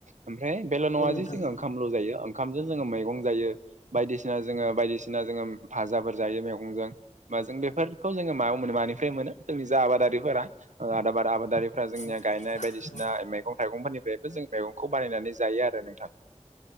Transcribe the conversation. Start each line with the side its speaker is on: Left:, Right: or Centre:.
Right: ओमफ्राय बेल' नङा
Left: औ नोंथां।
Right: जे जोङो ओंखामल' जायो ओंखामजों जोङो मैगं जायो बायदिसिना जोङो बायदिसिना जोङो भाजाफोर जायो मैगंजों माजों बेफोरखौ जोङो मायाव मोनो मानिफ्राय मोनो जोंनि जा आबादारिफोरा ओ आदाबारा आबादारि फोरा जोंनिया
Left: अ
Right: गायनाय बायदिसिना
Left: औ
Right: मैगं थाइगंफोरनिफ्रायबो जों मैगंखौ बानायनानै जायो आरो नोंथां